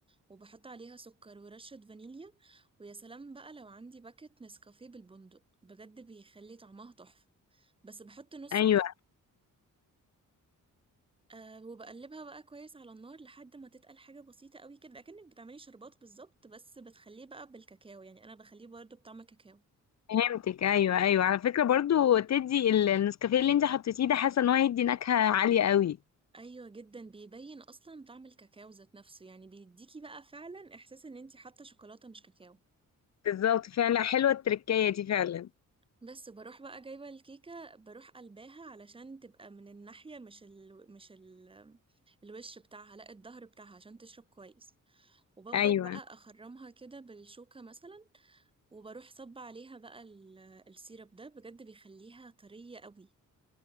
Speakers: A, on the right; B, on the left.
A: وبحط عليها سكر ورشة فانيليا ويا سلام بقى لو عندي باكت نسكافيه بالبندق بجد بيخلي طعمها تحفة بس بحط نصه
B: ايوه
A: بس أه وبقلبها بقى كويس على النار لحد ما تتقل حاجة بسيطة قوي كده أكنك بتعملي شربات بالظبط بس بتخليه بقى بالكاكاو يعني أنا بخليه برضه بطعم الكاكاو
B: فهمتك ايوه ايوه على فكره برضو تدي ال- النسكافيه اللي انت حطيتيه ده حاسه ان هو هيدي نكهه عاليه قوي
A: أيوة جدا بيبين أصلا طعم الكاكاو ذات نفسه يعني بيديكي بقى فعلا إحساس إن انتي حاطة شوكولاتة مش كاكاو
B: بالظبط فعلا حلوه التركية دي فعلا
A: بس بروح بقى جايبة الكيكة بروح قلباها علشان تبقى من الناحية مش ال... مش ال... الوش بتاعها لا الظهر بتاعها عشان تشرب كويس وبفضل
B: ايوه
A: بقى أخرمها كده بالشوكة مثلا وبروح صب عليها بقى ال- السيرب ده بجد بيخليها طرية قوي